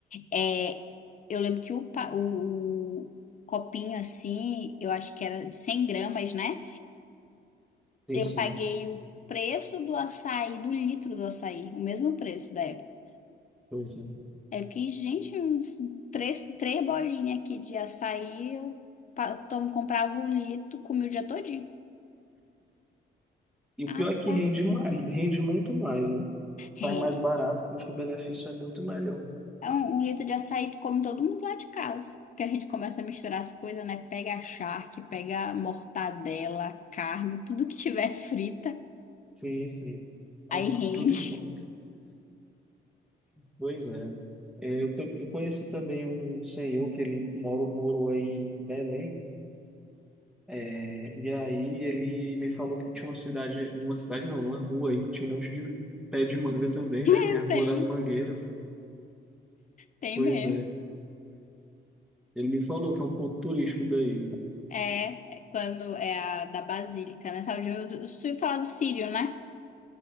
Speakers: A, on the left; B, in the centre.
A: É, eu lembro que o, pa- o, o copinho assim, eu acho que era de 100 gramas, né?
B: Sim,
A: Eu
B: sim.
A: paguei o preço do açaí, do litro do açaí, o mesmo preço da época.
B: Pois é.
A: Aí eu fiquei, gente, uns três, três bolinhas aqui de açaí, eu pa- tomo, comprava um litro, comia o dia todinho.
B: E o
A: Ah,
B: pior é que
A: pá.
B: rende mais, rende muito mais, né? Sai
A: Rende.
B: mais barato, custo-benefício é muito melhor.
A: É Um, um litro de açaí tu come todo mundo lá de casa. Que a gente começa a misturar as coisas, né? Pega a charque, pega a mortadela, carne, tudo que tiver frita,
B: Sim, sim. Com,
A: aí rende.
B: com tudo em conta. Pois é. É, Eu, te- eu conheci também um senhor que ele morou, morou aí em Belém. É, e aí ele me falou que tinha uma cidade, uma cidade não, uma rua aí que tinha um monte de pé de manga também,
A: <laughs>
B: né? Tem a Rua
A: Tem,
B: das Mangueiras.
A: tem
B: Pois
A: mesmo.
B: é, ele me falou que é um ponto turístico daí.
A: É, é quando é a da Basílica, né? Sabe, eu, eu, eu, eu falar do Sírio, né?